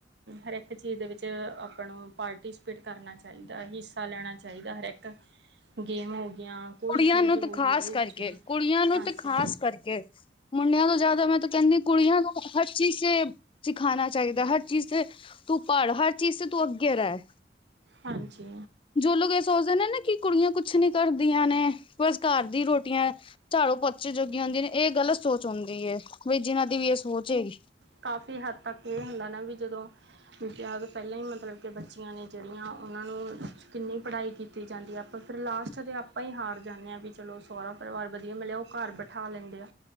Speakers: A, on the right (about 75°); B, on the left (about 30°).
A: ਹਰ ਇੱਕ ਚੀਜ਼ ਦੇ ਵਿੱਚ ਆਪਣਾ ਪਾਰਟੀਸਪੇਟ ਕਰਨਾ ਚਾਹੀਦਾ ਹਿ ਹਿਸਾ ਲੈਣਾ ਚਾਹੀਦਾ ਹਰ ਇੱਕ ਗੇਮ ਹੋ ਗਈਆਂ ਕੋਈ
B: ਕੁੜੀਆਂ
A: ਚੀਜ਼
B: ਨੂੰ
A: ਹੋ
B: ਤੇ ਖ਼ਾਸ
A: ਗਈ ਉਹਦੇ ਵਿੱਚ
B: ਕਰਕੇ ਕੁੜੀਆਂ ਨੂੰ
A: ਹਾਂਜੀ
B: ਤੇ ਖ਼ਾਸ ਕਰਕੇ ਮੁੰਡਿਆਂ ਤੋਂ ਜਿਆਦਾ ਮੈਂ ਤਾਂ ਕਹਿੰਦੀ ਕੁੜੀਆਂ ਨੂੰ ਹਰ ਚੀਜ ਚ ਸਿਖਾਉਣਾ ਚਾਹੀਦਾ ਹਰ ਚੀਜ਼ ਤੇ ਤੂੰ ਪੜ ਹਰ ਚੀਜ਼ ਤੇ ਤੂੰ ਅੱਗੇ ਰਹਿ।
A: ਹਾਂਜੀ
B: ਜੋ ਲੋਕ ਇਹ ਸੋਚਦੇ ਨੇ ਨਾ ਕਿ ਕੁੜੀਆਂ ਕੁਛ ਨੀ ਕਰਦੀਆਂ ਨੇ ਬਸ ਘਰ ਦੀ ਰੋਟੀਆਂ ਝਾੜੂ ਪੋਚੇ ਜੋਗੀ ਹੁੰਦੀਆਂ ਨੇ ਇਹ ਗ਼ਲਤ ਸੋਚ ਹੁੰਦੀ ਹੈ ਬਈ ਜਿਹਨਾਂ ਦੀ ਵੀ ਇਹ ਸੋਚ ਹੈਗੀ।
A: ਕਾਫ਼ੀ ਹੱਦ ਤੱਕ ਇਹ ਹੁੰਦਾ ਨਾ ਵੀ ਜਦੋਂ ਮੈ ਕਿਹਾ ਪਹਿਲਾਂ ਹੀ ਮਤਲਬ ਕਿ ਬੱਚੀਆਂ ਨੇ ਜਿਹੜੀਆਂ ਉਹਨਾਂ ਨੂੰ ਕਿੰਨੀ ਪੜ੍ਹਾਈ ਕੀਤੀ ਜਾਂਦੀ ਹੈ ਆਪਾਂ ਫਿਰ ਲਾਸਟ ਦੇ ਆਪਾਂ ਹੀ ਹਾਰ ਜਾਂਦੇ ਹਾਂ ਵੀ ਚਲੋ ਸੋਹਰਾ ਪਰਿਵਾਰ ਵਧੀਆ ਮਿਲਿਆ ਉਹ ਘਰ ਬਠ ਉਠਾ ਲੈਂਦੇ ਆ